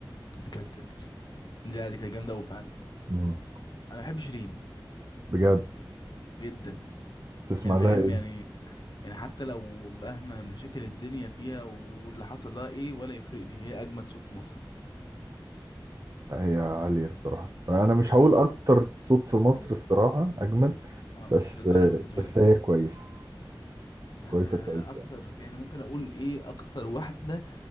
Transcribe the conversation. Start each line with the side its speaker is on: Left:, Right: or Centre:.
Left: دي كانت تتر لا دي كانت جامدة أوي فعلا
Right: مم.
Left: أنا بحب شيرين
Right: بجد
Left: جدا
Right: تسمع
Left: يعني فاهم
Right: لها ايه
Left: يعني يعني حتى لو مهما مشاكل الدنيا فيها واللي حصل لها إيه ولا يفرق لي هي أجمد صوت في مصر
Right: هي عالية الصراحة انا مش هقول اكتر صوت في مصر
Left: مم.
Right: الصراحة اجمد
Left: اه
Right: بس
Left: مش للدرجة بالنسبة
Right: بس
Left: لك
Right: هي كويسة
Left: انا
Right: كويسة كويسة
Left: اكتر
Right: يعني.
Left: يعني ممكن اقول ايه اكتر واحده